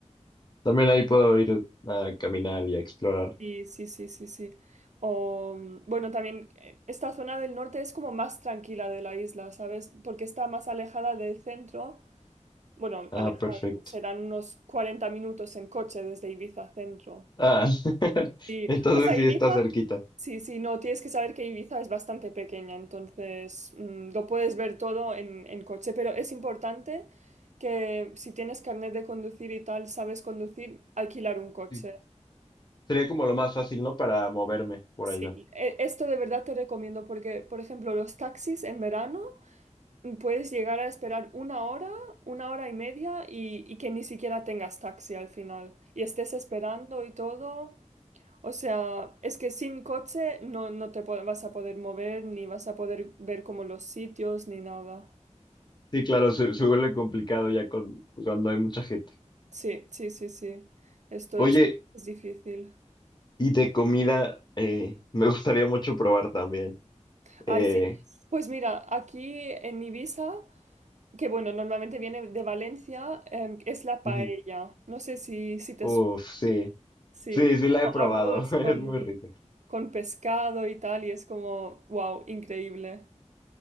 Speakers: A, on the left; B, on the right.
A: También ahí puedo ir a caminar y a explorar.
B: Sí, sí, sí, sí, sí. O, mm, bueno, también eh, esta zona del norte es como más tranquila de la isla, ¿sabes? Porque está más alejada del centro. Bueno,
A: Ah,
B: alejada,
A: perfecto.
B: serán unos 40 minutos en coche desde Ibiza centro.
A: Ah, <laughs>
B: Sí,
A: entonces
B: o sea,
A: sí
B: Ibiza,
A: está cerquita.
B: sí, sí, no, tienes que saber que Ibiza es bastante pequeña, entonces mm, lo puedes ver todo en, en coche, pero es importante que si tienes carnet de conducir y tal, sabes conducir, alquilar un coche.
A: Sí. Sería como lo más fácil, ¿no? Para moverme por
B: Sí,
A: allá.
B: e- esto de verdad te recomiendo porque, por ejemplo, los taxis en verano mm, puedes llegar a esperar una hora, una hora y media y, y que ni siquiera tengas taxi al final y estés esperando y todo. O sea, es que sin coche no, no te po- vas a poder mover ni vas a poder ver como los sitios ni nada.
A: Sí, claro, se, se vuelve complicado ya con, cuando hay mucha gente.
B: Sí, sí, sí, sí. Esto
A: Oye,
B: es, es difícil.
A: y de comida, eh, <laughs> me gustaría mucho probar también.
B: Ay,
A: Eh,
B: sí. Pues mira, aquí en Ibiza. que bueno, normalmente viene de Valencia, em, es la paella.
A: ujú.
B: No sé si, si te
A: Uf,
B: suena.
A: sí.
B: Sí,
A: Sí, sí
B: es
A: la
B: como
A: he probado.
B: arroz
A: <laughs>
B: con,
A: Es muy rica.
B: con pescado y tal, y es como, wow, increíble.